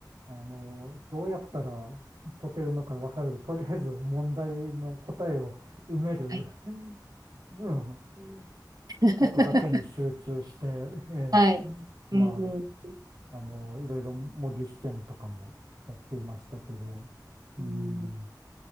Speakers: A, on the right; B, on the right.
A: う、あの、どうやったら解けるのか分からず、とりあえず問題の答えを埋める、
B: はい。
A: うん。
B: <laughs>
A: ことだけに集中して、え
B: はい。
A: え、ま
B: うんうん。
A: あ、あの、いろいろ模擬試験とかもやっていましたけど、うん、
B: うん、い